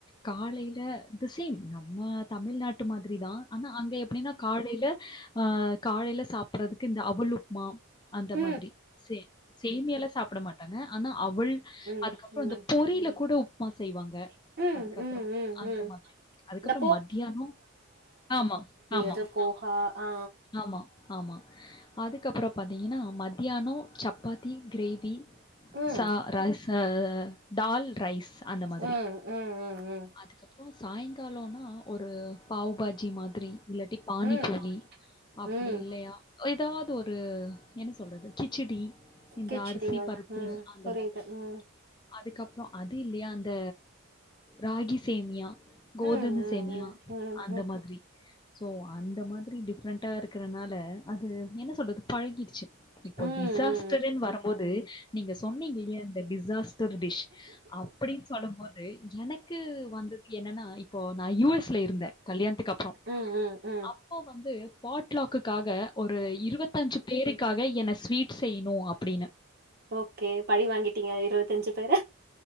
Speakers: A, on the left; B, on the right.
A: காலையில் லா தி சேம் நம்ம தமிழ்நாட்டு மாதிரி தா ஆனா அங்க எப்படின்னா காலைல அ காலையில சாப்பறதுக்கு இந்த அவுல் உப்புமா அந்த
B: சப்பாத்தி
A: மாதி திரி சே சேமியல்லா சாப் சாப்ட மாட்டாங்க ஆனா அவள் அதுக்கப்புறம்
B: அதுக்கப்றோ
A: இந்த பொரியில கூட உப்மா செய்வாங்க ங்க
B: ம் ம்
A: அதுக்கப்புறம்
B: ம்
A: அந்த
B: ம்
A: மாதிரி அதுக்கப்புறம்
B: இந்த
A: மத்தியான ஆமாம் ஆமாம்
B: அது போகா ஆ
A: ஆமா ஆமா அதுக்கப்புற பாத்தீங்கன்னா மத்தியான சப்பாத்தி கிரேவி ரேவி
B: ம்
A: ச ரைஸ் டால் ரைஸ் அந்த மாதிரி
B: ம் ம் ம் ம்
A: அதுக்கப்புறம் சாயங்காலனா ஒரு பாவு பாஜி மாதிரி இல்லாட்டி பானி
B: ம்
A: பூரி அப்படி
B: ம்
A: இல்லையா ஏதாவது ஒரு என்ன சொல்றது கிச்சடி இந்த
B: கிச்சடியா
A: அரிசி பருப்பு
B: ம்
A: அந்த
B: புரியுது
A: மாதிரி
B: ம்
A: அதுக்கப்புற அது இல்லையா அந்த ராகி சேமியா கோதும
B: ம் ம்
A: சேமியா
B: ம் ம் ம்
A: அந்த மாதிரி சோ அந்த மாதிரி டிஃப்ரெண்ட்டா இருக்கறனால அது என்ன சொல்றது பழகிடுச்சு இப்போ
B: ம் ம் ம் ம் ம் ம் ம்
A: டிசாஸ்டர்ன்னு வர ம் போது நீங்க சொன்னீங்க இந்த டிசாஸ்டர் டிஷ் அப்படின் சொல்லும்போது எனக்கு கு வந்துது என்னன் இப்போ நான் யூ எஸ்ல இருந்தே கல்யாணத்துக்கு அப்புறம்
B: ம் ம் ம் ம்
A: அப்போ வந்து பாட்லாக்குக்காக ஒரு இருவத்தஞ்சு பேருக்காக என்ன ஸ்வீட் செய்ணும் அப்படின்னு
B: ஓகே பழி வாங்கிட்டீங்க அந்த இருவத்தஞ்சு பேர